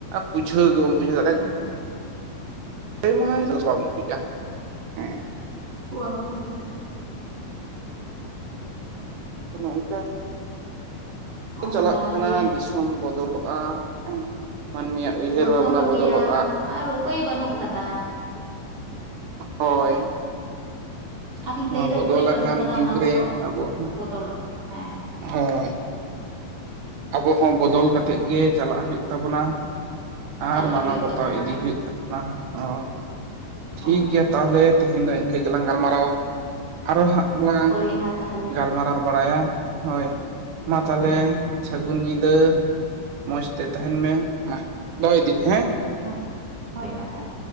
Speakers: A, on the right; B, on the right.
A: ᱵᱩᱡᱟᱹᱣ ᱜᱮ ᱵᱟᱢ ᱵᱩᱡᱷᱟᱹᱣ
B: ᱦᱩᱸ
A: ᱯᱮ ᱢᱟᱦᱟ ᱦᱤᱞᱳᱜ ᱫᱚ ᱵᱟᱢ ᱵᱩᱡᱟ᱾ ᱦᱮᱸ
B: ᱵᱟᱢ ᱵᱩᱡᱽᱫᱟ᱾
A: ᱟᱫᱚ ᱱᱚᱝᱠᱟ
B: ᱚᱱᱠᱟ
A: ᱪᱟᱞᱟᱜ ᱠᱟᱱᱟ
B: ᱜᱮ
A: ᱫᱤᱥᱚᱢ ᱵᱚᱫᱚᱞᱚᱜᱼᱟ ᱢᱟᱹᱱᱢᱤᱭᱟᱜ᱾ ᱩᱭᱦᱟᱹᱨ
B: ᱵᱚᱫᱚᱞᱚᱜ
A: ᱵᱷᱟᱵᱽᱱᱟ ᱵᱚᱫᱚᱞᱚᱜᱼᱟ
B: ᱜᱮᱭᱟ ᱟᱨ ᱩᱯᱟᱹᱭ ᱵᱟᱹᱱᱩᱜ ᱟᱠᱟᱫᱟ᱾
A: ᱦᱳᱭ
B: ᱟᱨᱤᱧ
A: ᱱᱚᱣᱟ
B: ᱞᱟᱹᱭᱫᱟ
A: ᱵᱚᱫᱚᱞ
B: ᱩᱯᱟᱹᱭ
A: ᱟᱠᱟᱱ
B: ᱵᱟᱹᱱᱩᱜ ᱠᱟᱫᱟ
A: ᱡᱩᱜᱽ
B: ᱚᱱᱟ ᱠᱚᱫᱚ
A: ᱨᱮ ᱟᱵᱚ ᱦᱚᱸ
B: ᱵᱚᱫᱚᱞᱚᱜ ᱜᱮ ᱦᱮᱸ᱾
A: ᱦᱳᱭ ᱟᱵᱚ ᱦᱚᱸ ᱵᱚᱫᱚᱞ
B: ᱦᱮᱸ
A: ᱠᱟᱛᱮᱜ ᱜᱮ ᱪᱟᱞᱟᱜ ᱦᱩᱭᱩᱜ ᱛᱟᱵᱚᱱᱟ᱾ ᱟᱨ
B: ᱪᱟᱞᱟᱜ
A: ᱢᱟᱱᱟᱣ
B: ᱦᱩᱭᱩᱜ
A: ᱵᱟᱛᱟᱣ
B: ᱛᱟᱵᱚᱱᱟ
A: ᱤᱫᱤ ᱦᱩᱭᱩᱜ ᱛᱟᱵᱚᱱᱟ ᱦᱳᱭ᱾ ᱴᱷᱤᱠ
B: ᱦᱳᱭ
A: ᱜᱮᱭᱟ ᱛᱟᱦᱚᱞᱮ ᱛᱮᱦᱮᱧ ᱫᱚ ᱤᱱᱠᱟᱹ ᱜᱮᱞᱟᱝ ᱜᱟᱞᱢᱟᱨᱟᱣᱟ᱾ ᱟᱨᱚ ᱦᱟᱸᱜ ᱞᱟᱝ
B: ᱦᱳᱭ ᱢᱟ ᱛᱟᱦᱚᱞᱮ
A: ᱜᱟᱞᱢᱟᱨᱟᱣ ᱵᱟᱲᱟᱭᱟ ᱦᱳᱭ᱾ ᱢᱟ ᱛᱟᱦᱚᱞᱮ
B: ᱦᱩᱸ
A: ᱥᱟᱹᱜᱩᱱ ᱧᱤᱫᱟᱹ᱾ ᱢᱚᱸᱡᱽ ᱛᱮ ᱛᱟᱦᱮᱱ ᱢᱮ ᱢᱟ ᱫᱚᱦᱚᱭᱫᱟᱹᱧ ᱦᱮᱸ᱾
B: ᱦᱳᱭ ᱦᱳᱭ ᱢᱟ ᱛᱟᱦᱞᱮ᱾